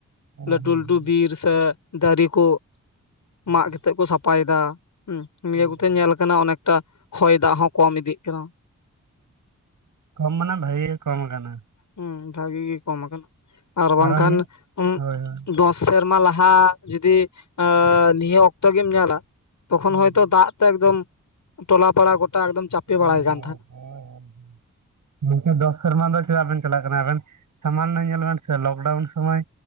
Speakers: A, on the right; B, on the left.
A: ᱦᱩᱸ, ᱦᱩᱸ,
B: ᱞᱟᱹᱴᱩ ᱞᱟᱹᱴᱩ
A: ᱦᱩᱸ,
B: ᱵᱤᱨ ᱥᱮ ᱫᱟᱨᱮ ᱠᱚ
A: ᱦᱩᱸ,
B: ᱢᱟᱜ ᱠᱟᱛᱮᱜ ᱠᱚ ᱥᱟᱯᱷᱟᱭᱮᱫᱟ ᱦᱮᱸ ᱱᱤᱭᱟᱹ
A: ᱦᱳᱭ,
B: ᱠᱚᱛᱮ
A: ᱦᱳᱭ,
B: ᱧᱮᱞ ᱠᱟᱱᱟ ᱚᱱᱮᱠᱴᱟ ᱦᱚᱭ ᱫᱟᱜ ᱦᱚᱸ ᱠᱚᱢ ᱤᱫᱤᱜ ᱠᱟᱱᱟ
A: ᱠᱚᱢ ᱢᱟᱱᱮ ᱵᱷᱟᱹᱜᱤ ᱠᱚᱢ ᱠᱟᱱᱟ
B: ᱦᱩᱸ ᱵᱷᱟᱜᱤ ᱜᱮ ᱠᱚᱢ ᱟᱠᱟᱱᱟ ᱟᱨ ᱵᱟᱝᱠᱷᱟᱱ
A: ᱟᱨᱚ ᱢᱤᱫ
B: ᱩᱫ
A: ᱦᱳᱭ, ᱦᱳᱭ,
B: ᱫᱚᱥ ᱥᱮᱨᱢᱟ ᱞᱟᱦᱟ ᱡᱩᱫᱤ ᱱᱤᱭᱟᱹ ᱚᱠᱛᱚ ᱜᱮᱢ ᱧᱮᱞᱟ ᱛᱚᱠᱷᱚᱱ
A: ᱦᱩᱸ,
B: ᱦᱚᱭᱛᱚ
A: ᱦᱩᱸ,
B: ᱫᱟᱜ ᱮᱠᱫᱚᱢ ᱴᱚᱞᱟ ᱯᱟᱲᱟ ᱜᱚᱴᱟ ᱮᱠᱫᱚᱢ ᱪᱟᱯᱮ
A: ᱦᱳᱭ,
B: ᱵᱟᱲᱟᱭ ᱠᱟᱱ
A: ᱦᱳᱭ,
B: ᱛᱟᱦᱮᱸ
A: ᱦᱳᱭ, ᱦᱳᱭ, ᱜᱚᱝᱠᱮ ᱫᱚᱥ ᱥᱮᱨᱢᱟ ᱫᱚ ᱪᱮᱫᱟᱜ ᱵᱮᱱ ᱪᱟᱞᱟᱜ ᱠᱟᱱᱟ ᱟᱵᱮᱱ ᱥᱟᱢᱟᱱᱚ ᱧᱮᱞ ᱵᱮᱱ ᱥᱮ ᱞᱚᱠᱰᱟᱣᱩᱱ ᱥᱚᱢᱚᱭ